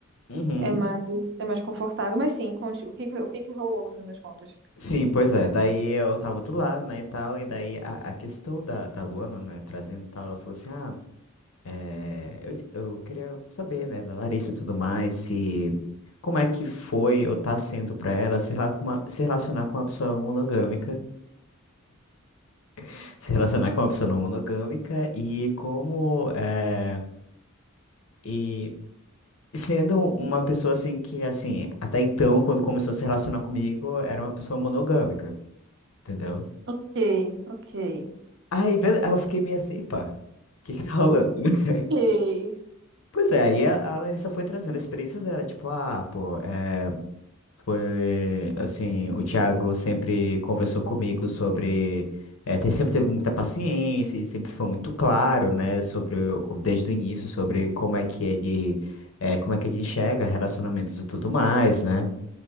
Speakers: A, on the left; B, on the right.
A: Uhum.
B: é mais, é mais confortável. Mas sim, conte, o que, que- o que que rolou no fim das contas?
A: Sim, pois é. Daí eu tava do lado, né, e tal. E daí a, a questão da, da Luana, né, trazendo e tal, ela falou assim, ah, É, eu, eu queria saber, né, da Larissa e tudo mais, se como é que foi ou tá sendo pra ela se, rela- com uma- se relacionar com uma pessoa monogâmica, <laughs> se relacionar com uma pessoa não monogâmica e como é, e sendo uma pessoa assim que assim, até então quando começou a se relacionar comigo, era uma pessoa monogâmica, entendeu?
B: Ok, ok.
A: Aí, bele- aí eu fiquei meio assim, pá, o que que tá rolando? né? <laughs>
B: Ok.
A: Pois é, aí a a Larissa foi trazendo a experiência dela, tipo, ah, pô, é. Foi assim, o Thiago sempre conversou comigo sobre. É, te- sempre teve muita paciência e sempre foi muito claro, né, sobre o- desde o início, sobre como é que ele, é, como é que ele enxerga relacionamentos e tudo mais, né?